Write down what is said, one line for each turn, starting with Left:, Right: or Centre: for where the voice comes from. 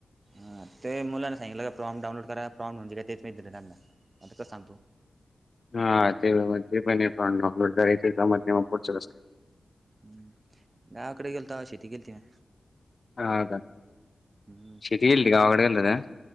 Right: ह ते मुलांना सांगलं का प्रॉम डाउनोड करा प्रॉमणऊन का तेच मी दे त्यांना आता कं सांगतो
Left: हा ते ते पण नकलो जर जम पुढ
Right: हम्म गावाकडे गेल तर शेती गेलती म
Left: ह ह का
Right: हम्म
Left: शेती गेलती गावाकडे गेलता का